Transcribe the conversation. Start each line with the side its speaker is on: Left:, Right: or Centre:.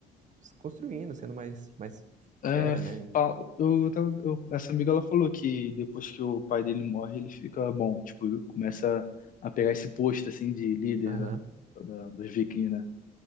Right: se construindo, sendo mais, mais
Left: É,
Right: fera,
Left: fa-
Right: né?
Left: eu, tava- eu- essa amiga ela falou que depois que o pai dele morre, ele fica bom, tipo, começa a pegar esse posto assim de líder
Right: Aham,
Left: da, da- dos vikings, né?